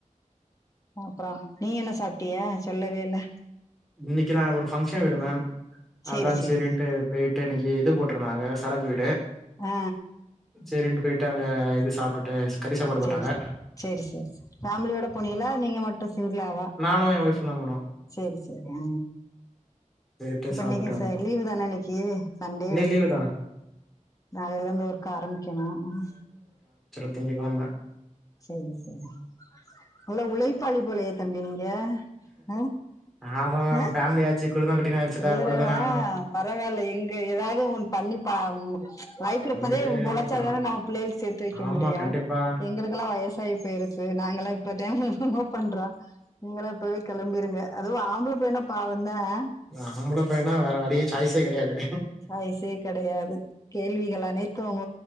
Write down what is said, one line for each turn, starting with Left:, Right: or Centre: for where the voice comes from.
Left: அப்றோ நீங்க என்ன சாப்ட்டிய சொல்லவே இல்ல
Centre: இன்னைக்கு நா ஒரு ஃபங்க்ஷன் வீடு மேம்
Left: சேரி
Centre: அதா
Left: சேரி
Centre: செரின்ட்டு போய்ட்டு இன்னைக்கி இது போட் இருந்தாங்க சரக்கு வீடு
Left: ஆ
Centre: செரின்ட்டு போய்ட்டு அங்க இது சாப்டுட் ஆ கறி சாப்பாடு போட்டாங்க.
Left: செரி செரி செரி ஃபேமிலியோட போனியலா நீங்க மட்டு சிங்களாவா
Centre: நானு என் ஒய்ஃப் தா போனோ
Left: செரி செரி ஆ
Centre: போயிட்டு
Left: அப்ப
Centre: சாப்பிட்டு
Left: இன்னைக்கி
Centre: வந்தோம்.
Left: ச லீவு தான இன்னைக்கி சண்டே
Centre: இன்னைக்கு லீவு தான்.
Left: நாளையில இருந்து ஒர்க்கு ஆரம்பிக்கணு ம்
Centre: திங்கக்கிழம
Left: செரி செரி நல்லா உழைப்பாளி போலையே தம்பி நீங்க அ
Centre: ஆமா மேம்
Left: அ
Centre: ஃபேமிலி ஆச்சு குழுந்தா குட்டின்னு ஆயிடுச்சுல
Left: இவ்ரு
Centre: ஓடதான ஆகணு
Left: ஆ பரவால எங்கு ஏதாது ஒன் பண்ணி பா லைஃப்ல
Centre: பண்ணிக்கிட்டே
Left: இப்பதே
Centre: இருக்கமா
Left: பொழச்சா தான நம்ம பிள்ளேள் சேத்து வைக்க
Centre: ஆமா
Left: முடியு
Centre: கண்டிப்பா
Left: எங்களுக்லா வயசாயி பேய்ருச்சு நாங்களா இப்பத லவ் பண்றோ நீங்கள எப் இப்பவே கெளம்பிருங்க அதுவும ஆம்பள பையனா பாவந்த அ
Centre: ஒரு ஆம்பள பையனா வேற வழியே சாய்ஸே கெடையாது
Left: வயசே கெடையாது கேள்விகள் அனைத்தும்